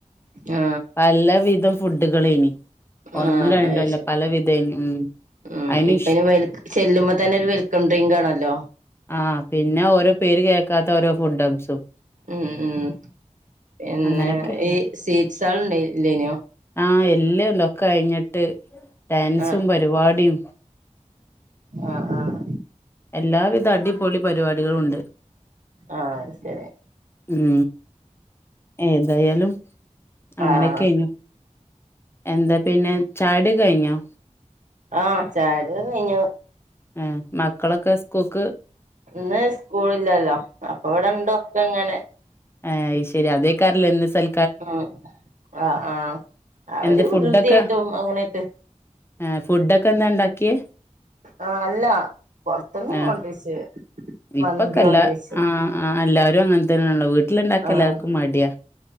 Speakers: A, on the right; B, on the left.
A: ആ
B: എല്ല വിധം ഫുഡുകളെയ്നി ഒന്നും
A: ആഹ്
B: രണ്ടും
A: അത്
B: അല്ല
A: ശരി
B: പല വിതെയ്നി ഉം
A: ഉം
B: അയിന്
A: ഇപ്പയ്ന്
B: ഇഷ്
A: വെൽ ചെല്ലുമ്പോ തന്നെ ഒരു വെൽക്കം ഡ്രിങ്ക് ആണല്ലോ
B: ആ പിന്നെ ഓരോ പേര് കേൾക്കാത്ത ഓരോ ഫുഡംസും
A: ഉം ഉം പിന്നെ
B: അങ്ങനെയൊക്കെ
A: ഈ സ്വീറ്റ്സ്കാള് ഉണ്ടാ ഇല്ലേനേ
B: ആ എല്ലാംണ്ടൊക്കെ കഴിഞ്ഞിട്ട് ഡാൻസും
A: ആഹ്
B: പരിപാടിം
A: ആഹ് ആഹ്
B: എല്ലാവിധ അടിപൊളി പരിപാടികളും ഉണ്ട്
A: ആത് ശരി
B: ഉം ഏതായാലും അങ്ങനെയൊക്കെയിഞ്ഞു
A: ആഹ്
B: എന്താ പിന്നെ ചായ കുടി കഴിഞ്ഞോ
A: ആ ചായ കുടിക്കെ കഴിഞ്ഞു
B: ഉം മക്കളൊക്കെ സ്കൂക്ക്
A: ഇന്ന് സ്കൂള് ഇല്ലല്ലോ അപ്പൊ ഇവടെ ഉണ്ട് ഒക്കെ ഇങ്ങനെ
B: ആ അത് ശരി അതേക്കാരല്ലേ ഇന്ന് സൽ
A: ഉം ആ ആ അവര്
B: എന്താ ഫുഡൊക്കെ
A: വൃദ്ധി ആയിട്ടും അങ്ങനെയിട്ട്
B: ഏഹ് ഫുഡൊക്കെ എന്താ ഉണ്ടാക്കിയെ
A: ആ അല്ല പൊറത്ത്ന്ന്
B: ഏഹ്
A: കൊണ്ട്രിച്ച്
B: ഇപ്പൊക്കെല്ല
A: മന്തി കൊണ്ട്രിച്ച്
B: ആ ആ എല്ലാരും അങ്ങൻ തന്നെയാണല്ലോ വീട്ടില്ണ്ടാക്ക
A: ആഹ്
B: എല്ലാർക്കും മടിയാ